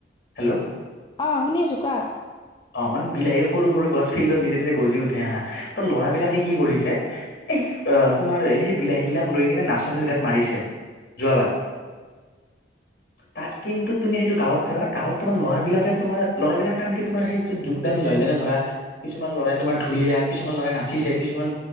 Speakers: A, on the left; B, on the left.
A: হেল্ল'।
B: অ', শুনি আছোঁ, কোৱা।
A: অ', মানে বিলাহী সৰু সৰু গছ ফিল্ডত নিজে নিজে গজি উঠে হা, ত' ল'ৰাবিলাকে কি কৰিছে এই তোমাৰ সেই বিলাহীবিলাক লৈ কিনে নাচনীৰ গাত মাৰিছে। যোৱাবাৰ।
B: <inaudible>
A: তাত কিন্তু তুমি সেইটো গাঁৱত চাবা, গাঁৱত তোমাৰ লৰাবিলাকে তোমাৰ ল'ৰাবিলাকে আনকি তোমাৰ সেই যোগদান লয়, যেনে ধৰা কিছুমান ল'ৰাই তোমাৰ ঢুলীয়া, কিছুমান ল'ৰাই নাচিছে, কিছুমান